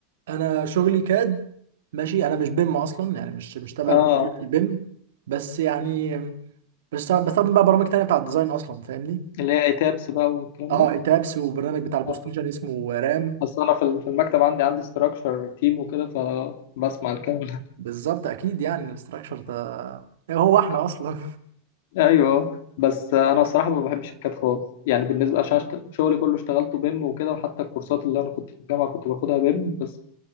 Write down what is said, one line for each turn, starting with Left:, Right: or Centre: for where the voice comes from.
Right: انا شغلي كاد ماشي انا مش بيم اصلا يعني مش مش تبع
Left: اه
Right: البيم بس يعني بس بستخدم بقى برامج تانية بتاع الديزاين اصلا فاهمني
Left: اللي هي تابس بقى والكلام
Right: اه
Left: ده
Right: ايتابس وبرنامج بتاع البوست
Left: اه
Right: نيشن اسمه رام
Left: اصل انا في في المكتب عندي عندي ستراكشر تيم وكده فبسمع الكلام
Right: بالظبط اكيد يعني الاستراكشر ده هو احنا اصلا
Left: ايوه بس انا الصراحه ما بحبش الكاد خالص يعني بالنسبه عشان أشت- شغلي كله اشتغلته بيم وكده وحتى الكورسات اللي انا كنت في الجامعه كنت باخدها بيم بس